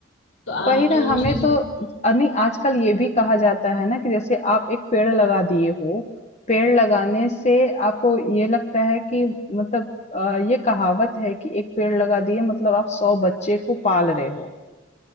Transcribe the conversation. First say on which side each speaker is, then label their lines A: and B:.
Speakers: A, on the left (about 80°); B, on the left (about 35°).
A: तो आप
B: वही ना
A: जो
B: हमें
A: चीज
B: तो अ, नहीं आजकल ये भी कहा जाता है ना कि जैसे आप एक पेड़ लगा दिए हो पेड़ लगाने से आपको ये लगता है कि मतलब अ, ये कहावत है कि एक पेड़ लगा दिए मतलब आप सौ बच्चे को पाल रहे हो